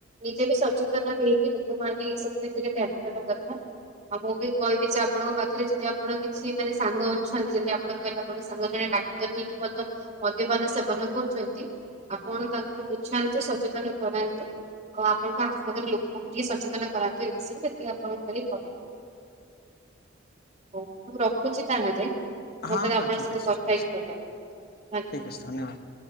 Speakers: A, on the right; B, on the left.
A: ନିଜେ ବି ସଚେତନ ହେଇକି ଲୋକ ମାନେ ଏ ସବୁ ବିଷୟରେ। <unintelligible> ଆଉ ମୁଁ ବି କହିବି ଯେ, ଆପଣଙ୍କ ପାଖରେ ଯଦି ଆପଣ କିଛି ମାନେ ସାଙ୍ଗ ଅଛନ୍ତି, ଯଦି ଆପଣ କହିଲେ ଆପଣଙ୍କ ସାଙ୍ଗ ଜଣେ ଡା <unintelligible> ମଦ୍ୟପାନ ସେବନ କରୁଛନ୍ତି। ଆପଣ ତାଙ୍କୁ ବୁଝାନ୍ତୁ, ସଚେତନ କରାନ୍ତୁ। ଆଉ ଆପଣଙ୍କ ଆଖପାଖରେ ଲୋକଙ୍କୁ ଟିକେ ସଚେତନ କରାନ୍ତୁ, ଏ ବିଷୟରେ ଏତିକି ଆପଣ ଖାଲି କହିବେ। ହଉ ମୁଁ ରଖୁଛି ତାହେଲେ, ମତେ
B: ହଁ
A: ଆପଣଙ୍କ
B: ହଁ ଠିକ
A: ସହିତ
B: ଅଛି
A: କଥା
B: ଠିକ ଅଛି
A: ହେଇକି <inaudible>
B: <inaudible>